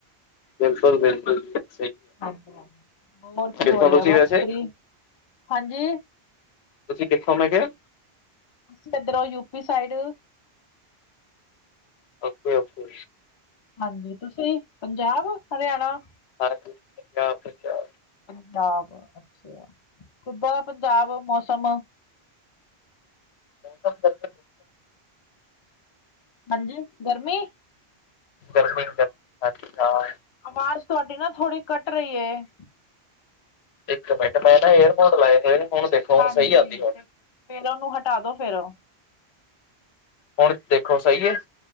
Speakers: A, on the left; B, on the left.
A: ਬਿਲਕੁਲ-ਬਿਲਕੁਲ।
B: ਅਪਰਾ, ਹੋਰ ਕੀ
A: ਕਿੱਥੋਂ
B: ਹੋ ਰਿਆ
A: ਤੁਸੀਂ
B: ਬਸ
A: ਵੈਸੇ
B: ਫਰੀ ਹਾਂਜੀ।
A: ਤੁਸੀਂ ਕਿੱਥੋਂ ਮੈ ਕਿਆ
B: ਅਸੀਂ ਏਧਰੋ ਯੂਪੀ ਸਾਈਡ
A: ਓਕੇ-ਓਕੇ।
B: ਹਾਂਜੀ ਤੁਸੀਂ ਪੰਜਾਬ, ਹਰਿਆਣਾ
A: <unintelligible> ਕੜਾ ਪਰਸਾਦ।
B: ਪੰਜਾਬ, ਅੱਛੇਆ ਕਿੱਦਾਂ ਐ ਪੰਜਾਬ ਮੌਸਮ।
A: <inaudible>
B: ਹਾਂਜੀ ਗਰਮੀ
A: ਗਰਮੀ ਗਾ ਅੱਛਾ ਆ
B: ਆਵਾਜ ਤੁਆਡੀ ਨਾ ਥੋੜ੍ਹੀ ਕੱਟ ਰਈ ਏ।
A: ਇੱਕ ਮਿੰਟ ਮੈ ਨਾ ਏਅਰਪੋਰਟ ਲਾਏ ਹੋਏ ਨੇ, ਹੁਣ ਦੇਖੋ ਹੁਣ
B: ਹਾਜੀ,
A: ਸਹੀ ਆਉਂਦੀ ਹੁਣ
B: ਇਹਨਾ ਨੂੰ ਹਟਾ ਦਿਓ ਫਿਰ
A: ਹੁਣ ਦੇਖੋ ਸਈ ਏ,